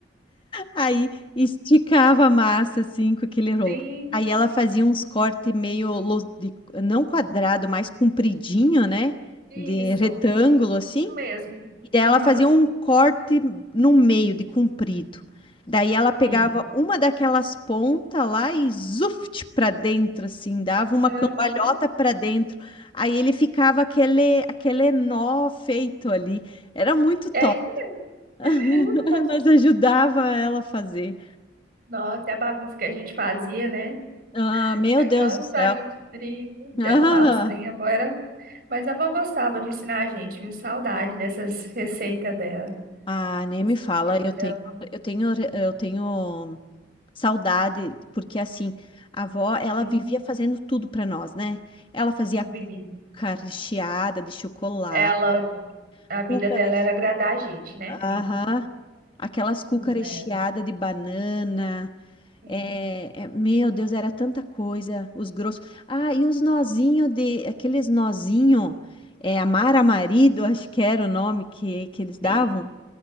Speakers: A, on the left; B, on the right.
A: Aí esticava a massa assim com aquele rolo.
B: Sim,
A: Aí ela fazia uns cortes meio lo- de- não quadrado, mais compridinho, né?
B: isso
A: De retângulo assim.
B: mesmo.
A: E daí
B: Aham,
A: ela fazia um corte no meio de comprido. Daí ela pegava
B: sim.
A: uma daquelas pontas lá e zuft para dentro assim, dava uma
B: Aham.
A: cambalhota para dentro. Aí ele ficava aquele aquele nó feito ali. Era muito top.
B: É isso mesmo.
A: <laughs>
B: <laughs>
A: Nós ajudava ela a fazer.
B: Nossa, e a bagunça que a gente fazia, né?
A: Ah, meu
B: Com Aquelas
A: Deus do céu.
B: farinhas de trigo,
A: <laughs>
B: derramava os trem agora. Mas a avó gostava de ensinar a gente, viu? Saudade dessas receitas dela.
A: Ah, ah, nem
B: Suspeita
A: me fala, eu
B: dela.
A: tenho, eu tenho, eu tenho saudade, porque assim, a avó, ela
B: Hum,
A: vivia fazendo tudo para nós, né? Ela fazia
B: Vivi.
A: cuca recheada de chocolate,
B: Ela, a vida
A: cuca
B: dela
A: recheada,
B: era agradar a gente, né, prima?
A: aham, aquelas cuca
B: Né?
A: recheada de banana,
B: Sim.
A: é, é, meu Deus, era tanta coisa, os grossos. Ah, e os nozinhos de, aqueles nozinhos, é, amar a marido, acho que era o nome que, que eles davam.
B: Sim.